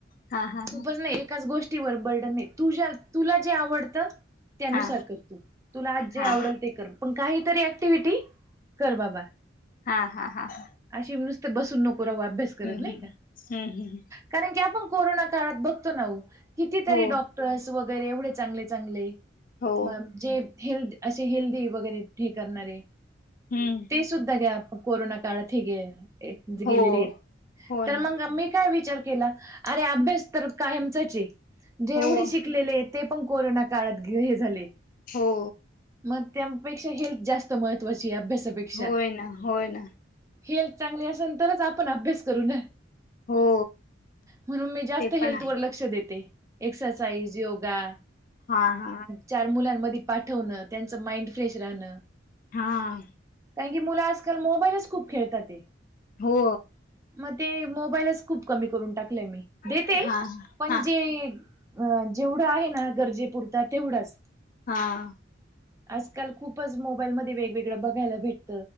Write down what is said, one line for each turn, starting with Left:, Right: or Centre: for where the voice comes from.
Left: हा हा हा
Right: खूपच नाही, एकाच गोष्टीवर बर्डनन नाही, तुझ्या, तुला जे आवडतऽ त्यानुसार
Left: हा
Right: कर,, तू तुला आज जे
Left: हा
Right: आवडेल ते कर,, पण काहीतरी ऍक्टिव्हिटी,, कर बाबा.
Left: हा हा हा हा
Right: अशी नुसते बसून नकोरावा अभ्यास करत नाही
Left: हम्म
Right: का.
Left: हम्म हम्म
Right: कारण की आपण कोरोना काळात बघतो ना कितीतरी
Left: हो
Right: डॉक्टर्स वगैरे एवढे चांगले चांगले.
Left: हो
Right: मग जे हेल्दी असे हेल्दी वगैरे हे करणारे.
Left: हम्म
Right: ते सुद्धा घ्या कोरोना काळात गे.
Left: हो
Right: गेलेले आहेत
Left: हो
Right: तर
Left: ना
Right: मग मी काय विचार केला अरे अभ्यास तर. कायमचाचे जे
Left: हो
Right: एवढे शिकलेले ते पण कोरोना काळात हे झाले.
Left: हो.
Right: मग त्यापेक्षा हेल्थ जास्त महत्वाची,, अभ्यासापेक्षा.
Left: होय ना होय ना
Right: हेल्थ चांगली असेलं,, तरच आपण अभ्यास करू ना.
Left: हो,
Right: म्हणून मी जास्त
Left: ते
Right: हेल्थ
Left: पण आहे
Right: वर लक्ष देते,, एक्सरसाईज, योगा,
Left: हां,,
Right: चार मुलांमध्ये पाठवण, त्यांच माइंड फ्रेश राहण.
Left: हा,
Right: कारण की मुलं आजकाल मोबाईलच खूप खेळतात ते.
Left: हो,
Right: मग ते मोबाईलच खूप कमी करून टाकलेय मी, देते
Left: हा
Right: पण
Left: हा हा
Right: जेऽ अ, जेवढं आहे ना, गरजेपुरत तेवढंच.
Left: हां,
Right: आजकाल खूपच मोबाईल मध्ये वेगवेगळं बघायला भेटत,,